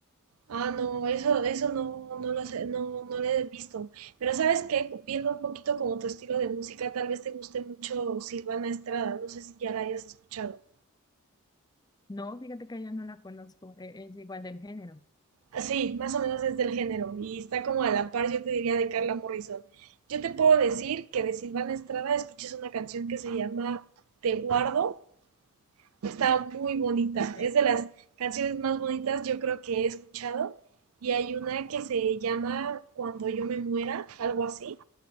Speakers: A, on the right; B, on the left.
A: Ah, no, eso, eso no, no lo sé, no, no lo he visto. Pero ¿sabes qué? Viendo un poquito como tu estilo de música, tal vez te guste mucho Silvana Estrada. No sé si ya la hayas escuchado.
B: No, fíjate que yo no la conozco, e- es igual del género,
A: Ah, Sí, más o menos es del género y está como a la par, yo te diría, de Carla Morrison. Yo te puedo decir que de Silvana Estrada escuches una canción que se llama Te guardo. Está muy bonita.
B: ¿ok?
A: Es de las canciones más bonitas yo creo que he escuchado. Y hay una que se llama Cuando yo me muera, algo así